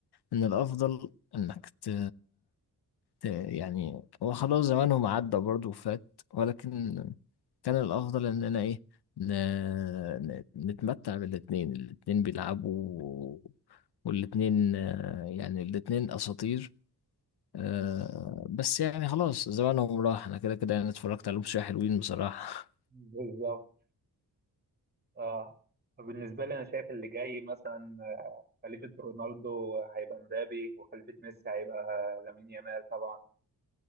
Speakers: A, on the left; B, on the right.
A: ان الافضل انك ت... يعني هو خلاص زمانهم عدى برضه وفات ولكن كان الأفضل إننا إيه ن... ن- نتمتع بالاتنين الاتنين بيلعبوا والاتنين آه، يعني الاتنين أساطير آه، بس يعني خلاص زمانهم راح أنا كده كده يعني اتفرجت عليهم شوية حلوين بصراحة
B: بالظبط اه بالنسبة لي أنا شايف اللي جاي مثلا آه، خليفة رونالدو هيبقى مبابي وخليفة ميسي هيبقى لامين يامال طبعا